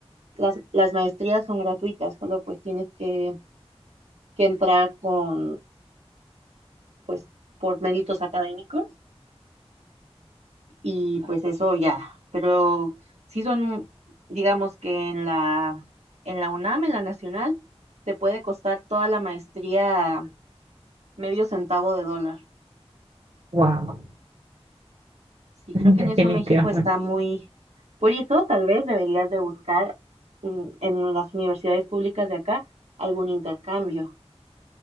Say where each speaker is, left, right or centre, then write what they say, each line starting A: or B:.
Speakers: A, on the right (about 85°); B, on the right (about 70°).
A: Las, las maestrías son gratuitas, solo pues tienes que, que entrar con, pues, por méritos académicos y pues eso ya. Pero sí son, digamos que en la, en la UNAM, en la Nacional, te puede costar toda la maestría medio centavo de dólar.
B: wow,
A: Sí,
B: <laughs>
A: creo que
B: definitivamente.
A: en eso México está muy... Por eso tal vez deberías de buscar mm, en las universidades públicas de acá algún intercambio.